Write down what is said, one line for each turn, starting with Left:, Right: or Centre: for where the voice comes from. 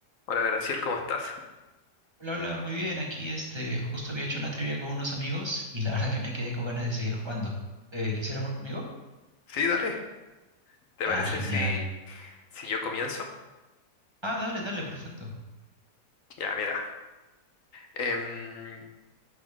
Left: Hola Graciel, ¿cómo estás?
Right: Hola, hola, muy bien. Aquí este, justo había hecho una trivia con unos amigos y la verdad que me quedé con ganas de seguir jugando. Eh, ¿quisiera jugar conmigo?
Left: Sí, dale. ¿Te
Right: Ya,
Left: parece
Right: genial.
Left: si, si yo comienzo?
Right: Ah, dale, dale, perfecto.
Left: Ya, mira. em,